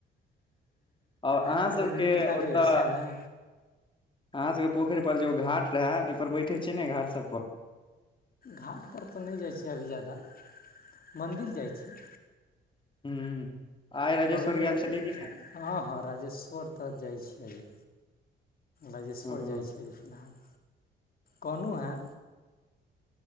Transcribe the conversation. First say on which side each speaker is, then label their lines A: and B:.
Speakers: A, on the left; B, on the left.
A: और अहाँ
B: मतलब
A: सबके
B: नीक लागै
A: ओतऽ
B: अछि सएह ने।
A: अहाँ सब के पोखरि पर जे ओ घाट रहे, ओहि पर बैठे छी ने घाट सब पर।
B: घाटपर तऽ नहि जाइ छी अभी ज्यादा, मन्दिल जाइ छी।
A: ह आइ राजेश्वर
B: बगलमे
A: गैइल छलियै कि नै
B: हँ हँ राजेश्वर त जाइ छियै राजेश्वर
A: ओ
B: जाइ छै फिलहाल कहलहुँ हेँ